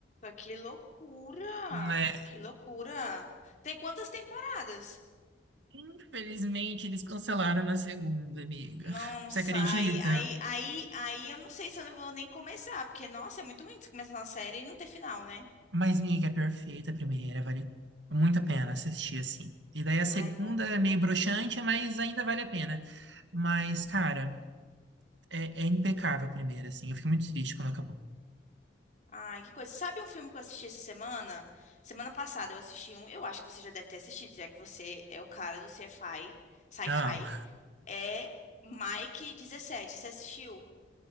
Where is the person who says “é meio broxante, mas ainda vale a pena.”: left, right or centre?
Right